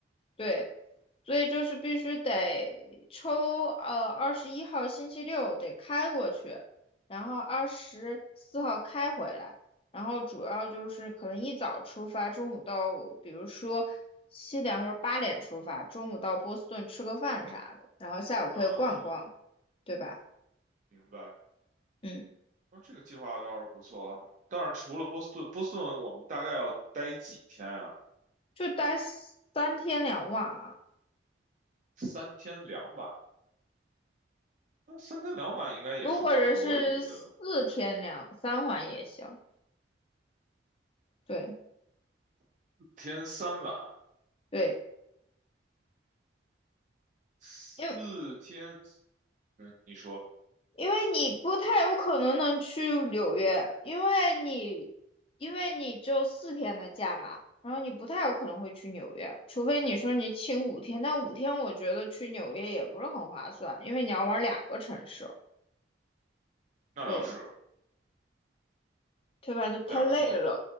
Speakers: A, on the left; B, on the right.
A: 对，所以就是必须得抽，呃，二十一号星期六得开过去，然后二十四号开回来，然后主要就是可能一早出发，中午到，比如说七点或者八点出发，中午到波士顿吃个饭啥的，然后下午可以逛逛，
B: 啊，
A: 对吧？
B: 明白。
A: 嗯，
B: 那这个计划倒是不错，但是除了波士顿，波士顿我们大概要待几天啊？
A: 就待三天两晚啊，
B: 三天两晚，那三天两晚应该也是可以的。
A: 不或者是四天两三晚也行，对
B: 四天三晚，
A: 对。
B: 四天，
A: 因为
B: 嗯，你说
A: 因为你不太有可能能去纽约，因为你因为你只有四天的假嘛，然后你不太有可能会去纽约，除非你说你请五天，但五天我觉得去纽约也不是很划算，因为你要玩两个城市，
B: 那倒是
A: 对，对吧？就太累了。
B: 两个城，